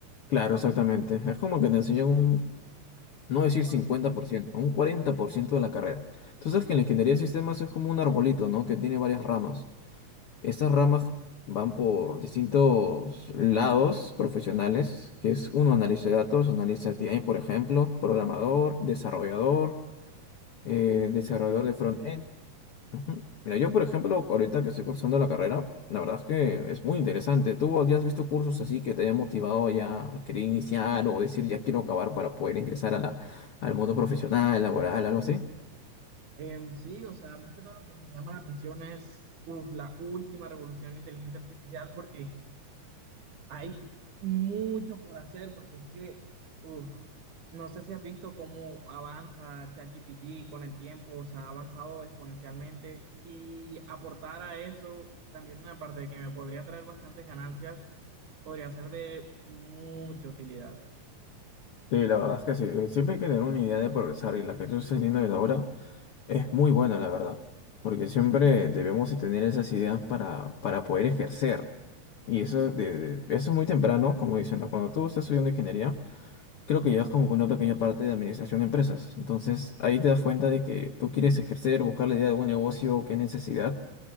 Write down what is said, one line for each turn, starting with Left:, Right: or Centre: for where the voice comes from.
Left: claro, exactamente. Es como que te enseñan un, no decir
Right: Lo básico,
Left: 50%, un 40% de la carrera. Tú sabes que en la ingeniería de sistemas es como un arbolito, ¿no? Que tiene varias ramas. Estas ramas van por distintos lados profesionales, que es uno, analista de datos, analista de T I por ejemplo, programador, desarrollador, eh, desarrollador
Right: diversidad.
Left: de front-end. Ujú. Mira, yo, por ejemplo, ahorita que estoy cursando la carrera, la verdad es que es muy interesante. ¿Tú ya has visto cursos así que te hayan motivado ya a querer iniciar o decir ya quiero acabar para poder ingresar a la, al mundo profesional, laboral, algo así?
Right: Em, sí, o sea, más que todo lo que me llama la atención es uf, la última revolución de inteligencia artificial, porque Hay mucho por hacer porque es que, uf, no sé si has visto cómo avanza ChatGPT con el tiempo, o sea, ha avanzado exponencialmente y aportar a eso también, aparte de que me podría traer bastantes ganancias, podría ser de mucha utilidad.
Left: Sí, la verdad es que sí. eh, Siempre hay que tener una idea de progresar y la que estoy teniendo desde ahora. Es muy buena, la verdad, porque siempre debemos de tener esas ideas para, para poder ejercer. Y eso, de, de- eso es muy temprano, como dicen, ¿no? Cuando tú estás estudiando ingeniería, creo que llevas como que una pequeña parte de administración de empresas. Entonces, ahí te das cuenta de que tú quieres ejercer, buscar la idea de un negocio, qué necesidad